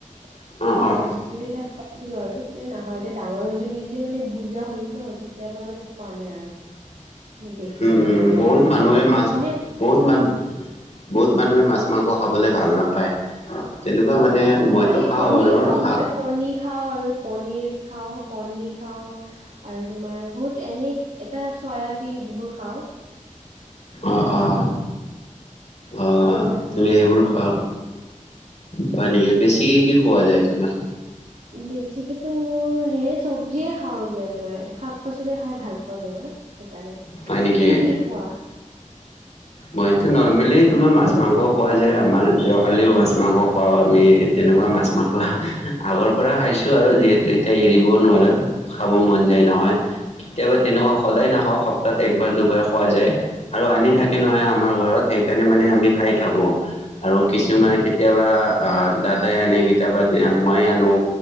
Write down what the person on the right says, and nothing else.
তেতিয়া
খোৱাই দিছিলে তেতিয়া। খাইছিলো আৰু এতিয়া নাখাওঁ এতিয়া ডাঙৰ হৈছো নিজে মানে বুজা হ'লো ন তেতিাৰ পৰা মানে খোৱা নাই আৰু দেখি
কিনে
ভাল নালাগে
তোমাৰ
এনে
উম।
অ',
অ
তাৰ এই
কণী
খাওঁ
মই কণী খাওঁ আৰু পনীৰ খাওঁ কণী খাওঁ। খা আৰু তোমাৰ বহুত এনে এটা চয়াবিন সেইবোৰ খাও।
এই মাছ
মাংস
ভাতো
ভাল নাই
বেছিকিতো মোৰ সে চব্জিয়ে। খাওঁ দিয়া তোমাৰ শাক পাচলি খাই ভাল পাওঁ তোমাৰ। কাৰণে
তুমি কি খোৱা।
অ
অ
অঁ
অঁ
হয় নেকি